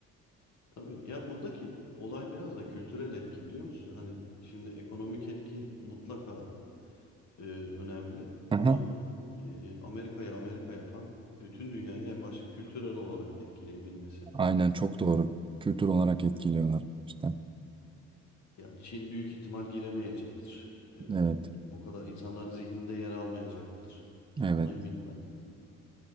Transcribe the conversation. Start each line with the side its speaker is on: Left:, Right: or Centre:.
Left: Tabii ya buradaki olay biraz da kültürel etki biliyor musun? Hani şimdi ekonomik etki mutlaka e, önemli
Right: Aha,
Left: ama e, Amerika'yı Amerika yapan bütün dünyayı en başta kültürel olarak etkileyebilmesi.
Right: aynen çok doğru. Kültür olarak etkiliyorlar işte.
Left: Yani Çin büyük ihtimal giremeyecektir. E,
Right: Evet,
Left: bu kadar insanların zihninde yer almayacaktır.
Right: evet.
Left: Ona eminim ben.